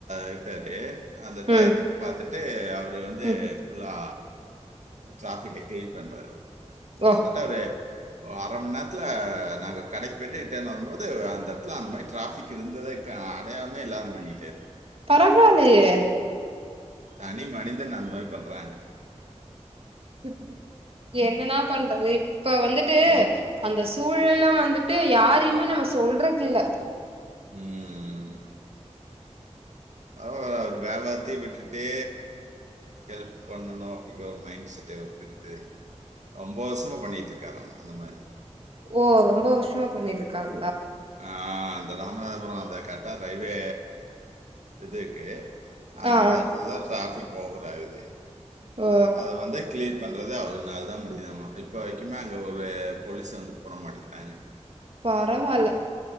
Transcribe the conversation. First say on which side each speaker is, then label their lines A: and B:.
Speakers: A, on the right; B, on the right.
A: இருக்காரு டே அந்த டயத்துக்கு
B: ம்
A: பாத்துட் ட்டு அவர் அவர் வந்து
B: ம்
A: ஃபுல்லா டிராஃபிக்க கிளியர் பண்றது கிட்டத்தட்ட
B: ஓ
A: அவரு அர மண் நேரத்துல நாங்கள் கடைக்கு போய்ட்டு ரிட்டேன் வரும் போது அந்த அந்த மாரி டிராபிக் இருந்ததுக்கான அடையாளமே இல்லாம பண்ணிட்டாரு
B: பரவாலையே
A: தனி மனிதன் அந்த மாரி பண்றாங்க
B: இப் என்னன்னா பண்றது இப்ப வந்துட்டு
A: ம்
B: அந்த சூழல் வந்துட்டு யாரையுமே நம்ம சொல்றக்கு இல்ல
A: உம் அவர் வியாபாரத்தையும் விட்டுட்டே ஹெல்ப் பண்ணணு அப்படிங்கற ஒரு மைண்ட் செட் <unintelligible> அவருக்கு இருக்கு ரொம்ப வருஷமா பண்ணிகிட்டு இருக்காராமா அந்த மாரி
B: ஓ ரொம்ப வர்ஷமா பண்ணிட்டு இருக்காங்க
A: ஆ அந்த ராமநாதபுரம் அந்த கட்டா ரயில்வே இதுக்கு அந்த
B: ஆ ஆ
A: இடத்தில தான் டிராஃபிக் ஓவராகுது
B: ஓ
A: அத வந்து கிளிர் பண்ண அதாது அவர்னால தா முடிதாமா இப்ப யிக்குமாே அங்க ஒரு போலீஸ் வந்து போட மாட்டிகிறாங்க
B: பரவால